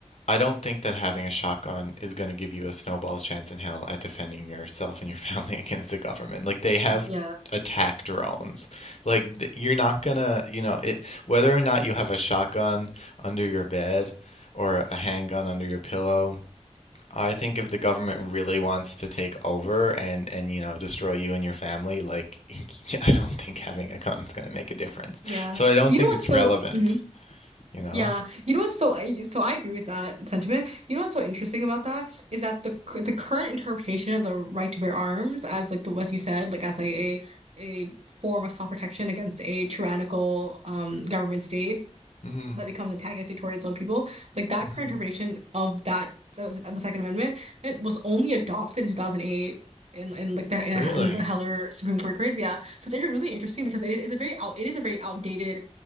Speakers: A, on the left (about 65°); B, on the right (about 60°).
A: I don't think that having a shotgun is going to give you a snowball's chance in hell at defending yourself and your family <laughs> against the government. Like they have
B: Yeah,
A: attack drones. Like th- you're not gonna, you know, it, whether or not you have a shotgun under your bed or a handgun under your pillow, I think if the government really wants to take over and and you know destroy you and your family, like <laughs> I don't think having a gun's going to make a difference.
B: yeah.
A: So I don't
B: You
A: think
B: know what's
A: it's
B: so,
A: relevant,
B: mhm.
A: you know?
B: yeah. You know what's so, I so I agree with that sentiment. You know what's so interesting about that is that the cur- the current interpretation of the right to bear arms as like the as you said, like as a a, a form of self protection against a tyrannical um government state
A: Mm-hmm.
B: that becomes antagonistic toward its own people. Like that
A: hmm
B: current interpretation of that of the Second Amendment it was only adopted in 2008 in in like the in,
A: Really?
B: a, in the Heller Supreme Court case. Yeah, so it's inter- really interesting because it is a very out it is a very outdated